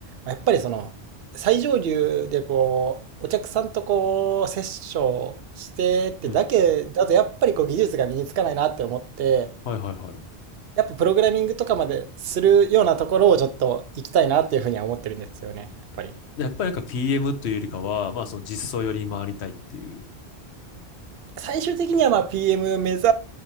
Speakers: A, on the right (about 70°); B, on the left (about 80°).
A: やっぱりその、最上流でこう、お客さんとこう、セッションしてってだけだと、
B: うん。
A: やっぱりこう、技術が身につかないなって思って、
B: はいはいはい。
A: やっぱプログラミングとかまでするようなところをちょっと行きたいなっていうふうには思ってるんですよね、やっぱり。
B: でやっぱりなんか PM というよりかは、まあその実装よりに回りたいっていう。
A: 最終的にはまあ PM 目指